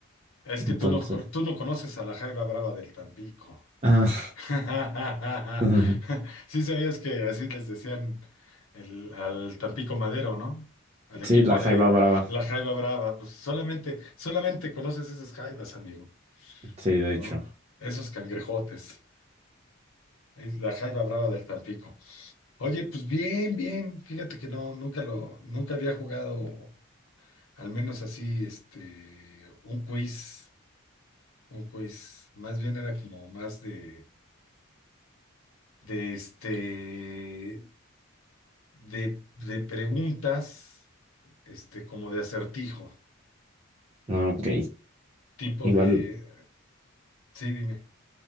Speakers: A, on the left; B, on the right.
A: Es
B: Entonces,
A: que tú no, tú no conoces a la jaiba brava del Tampico.
B: ah,
A: <laughs>
B: <laughs>
A: Sí sabías que así les decían el- al Tampico Madero, ¿no? Al equipo
B: sí, la jaiba
A: de
B: brava,
A: la Jaiba Brava, pues solamente, solamente conoces esas jaibas, amigo,
B: sí, de hecho.
A: ¿no? Esos cangrejotes, es la Jaiba Brava del Tampico. Oye, pues bien, bien, fíjate que no, nunca lo, nunca había jugado, al menos así, este, un quiz, un quiz, más bien era como más de de este de, de preguntas, este, como de acertijo,
B: Ah, Ok.
A: tipo
B: Igual,
A: de, sí, dime,